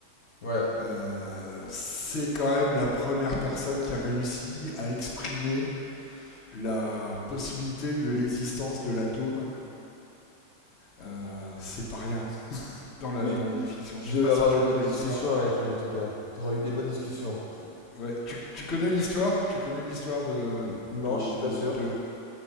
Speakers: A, on the left; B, on the left.
A: Ouais.
B: Euh, c'est quand même la première personne qui a réussi à exprimer la possibilité de l'existence de l'atome. Euh, c'est pas rien dans la,
A: Oui.
B: dans la définition.
A: Tu
B: Je
A: devais
B: sais pas
A: avoir
B: si tu
A: des
B: connais
A: bonnes discussions
B: l'histoire.
A: avec lui en tout cas. T'aurais eu des bonnes discussions.
B: Ouais, tu, tu connais l'histoire? Tu connais l'histoire de,
A: N- non,
B: de,
A: je suis
B: de,
A: pas sûr.
B: de-